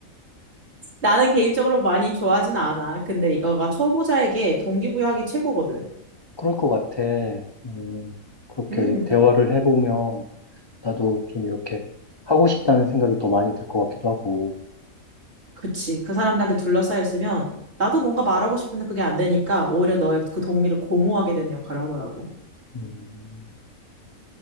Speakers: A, on the right (about 50°); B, on the left (about 35°).
A: 나는 개인적으로 많이 좋아하진 않아. 근데 이거가 초보자에게 동기부여하기 최고거든.
B: 그럴 것 같아. 음, 그렇게
A: 음,
B: 대화를 해보면 나도 좀 이렇게 하고 싶다는 생각이 더 많이 들 것 같기도 하고.
A: 그치. 그 사람들한테 둘러싸였으면 나도 뭔가 말하고 싶은데 그게 안 되니까 오히려 너의 그 동기를 고무하게 되는 역할을 하더라고.
B: 음,